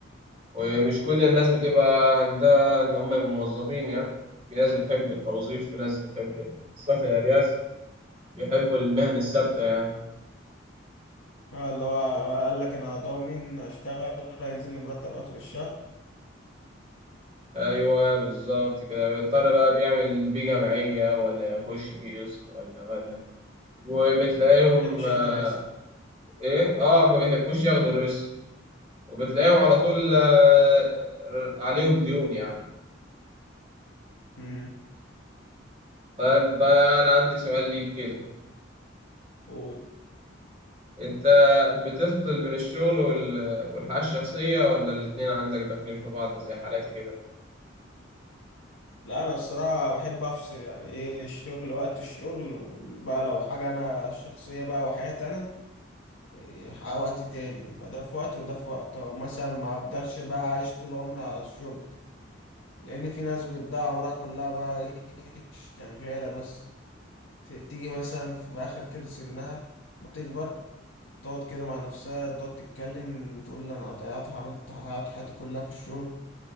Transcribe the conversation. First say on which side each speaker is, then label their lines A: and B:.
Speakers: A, on the right; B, on the left.
A: ومش كل الناس بتبقى عندها إن هم يبقوا موظفين يعني في ناس بتحب التوظيف في ناس بتحب ال- خاصة في الأرياف بيحبوا المهن الثابتة يعني
B: اه اللي هو قال لك انا ضامن اشتغل هينزل لي مرتب اخر الشهر
A: أيوه بالظبط كده بيضطر بقى بيعمل بيه جمعية ولا يخش بيه قسط ولا ولا وبتلاقيهم
B: مش
A: آه،
B: ياخد الريسك
A: إيه أه ما بيحبوش ياخدوا الريسك وبتلاقيهم على طول آه، عليهم ديون يعني
B: امم
A: طيب بقى أنا عندي سؤال ليك كده
B: قول
A: أنت بتفصل بين الشغل وال... والحياة الشخصية ولا الاتنين عندك داخلين في بعض زي حالاتي كده؟
B: لا انا الصراحه بحب افصل يعني ايه الشغل وقت الشغل وبقى لو حاجه انا شخصيه بقى وحياتي انا إيه ح- وقت تاني يبقى ده في وقت وده في وقت او مثلا ما افضلش بقى عايش طول عمري على الشغل لان في ناس بتضيع عمرها كلها بقى ايه شغاله بس ت- تيجي مثلا في آخر كده سنها ما تكبر تقعد كده مع نفسها تقعد تتكلم تقول لي أنا ضيعت عملت ضيعت حياتي كلها في الشغل